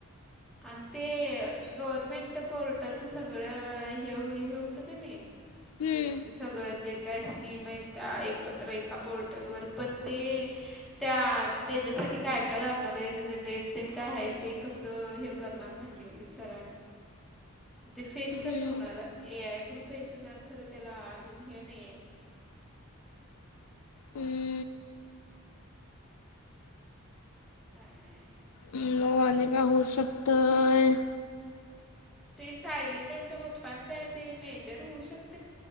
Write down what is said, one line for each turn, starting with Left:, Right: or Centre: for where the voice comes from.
Centre: आणि ते गव्हर्मेंट पोर्टलच सगळं हे हे होतं का नाही.
Left: हम्
Centre: म्हणजे सगळं जे काय स्कीम आहेत त्या एकत्र एका पोर्टलवर पण ते त्या त्याच्यासाठी काय काय लागणार आहे? त्या डेट ते काय आहे? ते कसं हे करणार म्हंटलेले सरांनी. ते फेच
Left: हम्म
Centre: कसं होणार, ए आय थ्रू फेच होणार खरं त्याला अजून हे नाहीये.
Left: हम
Centre: आता काय?
Left: नो आले का आणि काय होऊ शकतंय.
Centre: ते सायली त्यांच्या पप्पांच आहे, ते मेजर होऊ शकत.